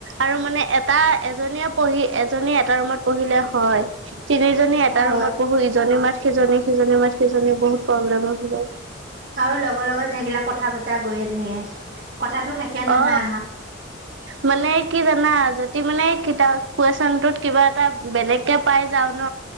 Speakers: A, on the right; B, on the right.
A: আৰু মানে এটা এজ এজনীয়ে পঢ়ি এজনী এটা ৰুমত পঢ়িলে হয় তিনিজনী এটা
B: অ',
A: ৰুমত পঢ়ো ইজনী মাত সিজনীয়ে সিজনীৰ মাত সিজনীৰ বহুত প্ৰব্লেম হৈ যায়
B: আৰু লগৰ লগত থাকিলে কথা পতা গৈয়ে থাকে কথাটো শেষে নহয়
A: অ
B: আমাৰ।
A: মানে কি জানা যদি মানে কিতাপ কুৱেচনটোত কিবা এটা বেলেগকে পাই যাও ন